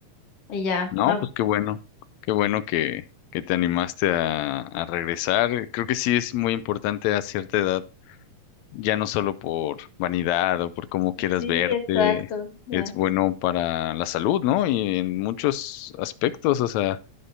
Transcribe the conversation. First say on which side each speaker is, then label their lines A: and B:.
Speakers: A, on the left; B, on the left.
A: y ya,
B: No,
A: Ah,
B: pues qué bueno, qué bueno que, que te animaste a, a regresar. Creo que sí es muy importante a cierta edad ya no solo por vanidad o por cómo quieras
A: sí,
B: verte,
A: exacto, ya.
B: es bueno para la salud, ¿no? Y en muchos aspectos, o sea,